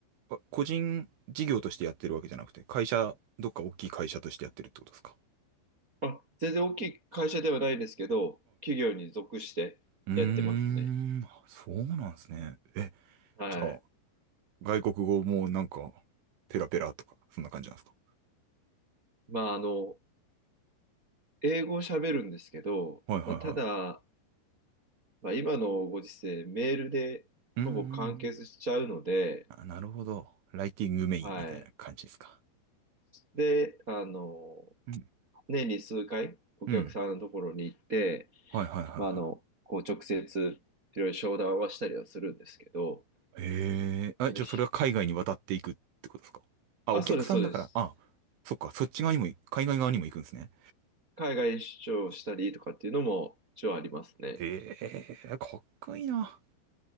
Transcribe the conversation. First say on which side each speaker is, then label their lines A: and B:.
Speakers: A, on the right (about 70°); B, on the right (about 50°).
A: う。あ個人事業としてやってるわけじゃなくて、会社、どっか大きい会社としてやってるってことですか
B: あ、全然大きい会社ではないですけど、企業に属してやってますね。
A: うーん、あそうなんですね。え、
B: はい。
A: じゃあ、外国語もなんか、ペラペラとか、そんな感じなんですか
B: まあ、あの、英語を喋るんですけど、
A: はいはいは
B: まあ、ただ、まあ、今のご時世、メールでほぼ完結しちゃうので、
A: い。うんうんうん。あ、なるほど。ライティングメインみたいな感じですか。
B: はい。で、あの、
A: うん。
B: 年に数回お客さんのところに行って、
A: うん。はいはいはいは
B: まあ、あの、こう直接いろいろ商談はしたりはするんですけど、
A: い。へえ。あ、じゃあそれは海外に渡っていくってことですかあ、
B: ひあ、
A: お客さんだから、
B: そうです、そうです。
A: あ、そっか、そっち側にも、海外側にも行くんですね。
B: 海外出張したりとかっていうのも一応ありますね。
A: ええ、かっこいいな。